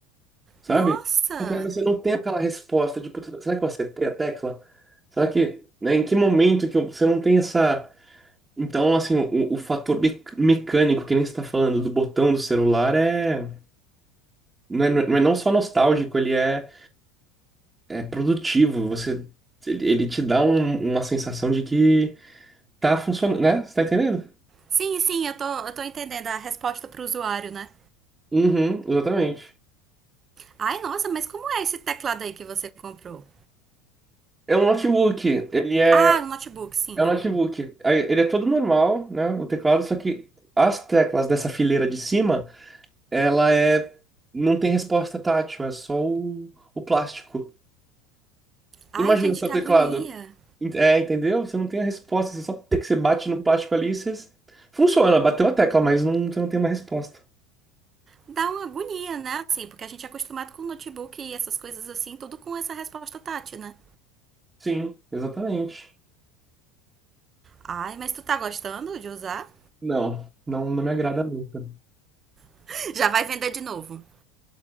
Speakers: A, on the right; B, on the right.
A: sabe?
B: Nossa.
A: Só que aí você não tem aquela resposta de, "Putz, será que eu acertei a tecla? Será que, né, em que momento que eu- você não tem essa... Então, assim, o, o fator mec- mecânico que nem você está falando do botão do celular é... Não é, não é não só nostálgico, ele é, é produtivo. Você, ele, ele te dá um- uma sensação de que tá funcionando, né? Você tá entendendo?
B: Sim, sim, eu tô, eu tô entendendo a resposta pro usuário, né?
A: Uhum, exatamente.
B: Ai, nossa, mas como é esse teclado aí que você comprou?
A: É um notebook, ele é
B: Ah, um notebook, sim.
A: É um notebook. Aí, Ele é todo normal, né? O teclado, só que as teclas dessa fileira de cima, ela é. Não tem resposta tátil, é só o, o plástico.
B: Ai,
A: Imagina
B: gente,
A: o seu
B: que
A: teclado.
B: agonia.
A: Ent- É, entendeu? Você não tem a resposta, você só tem que você bate no plástico ali e você. Funciona, bateu a tecla, mas não, você não tem uma resposta.
B: Dá uma agonia, né? Assim, porque a gente é acostumado com notebook e essas coisas assim, tudo com essa resposta tátil, né?
A: Sim, exatamente.
B: Ai, mas tu tá gostando de usar?
A: Não, não, não me agrada muito.
B: <laughs> Já vai vender de novo.